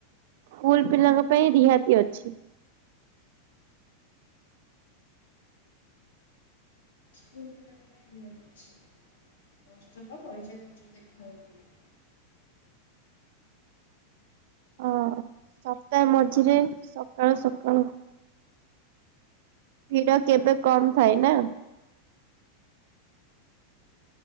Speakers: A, on the right; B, on the left.
A: ସ୍କୁଲ୍ ପିଲାଙ୍କ ପାଇଁ ରିହାତି ଅଛି।
B: ସ୍କୁଲ୍ ପିଲାଙ୍କ ପାଇଁ ରିହାତି ଅଛି। ଦଶ ଟଙ୍କା ଆଉ ପରିଚୟ ପତ୍ର ଦେଖିବାକୁ କହିଲେ।
A: ଅ, ସପ୍ତାହ ମଝିରେ ସକାଳୁ ସକାଳୁ ଭିଡ କେବେ କମ ଥାଏ ନା।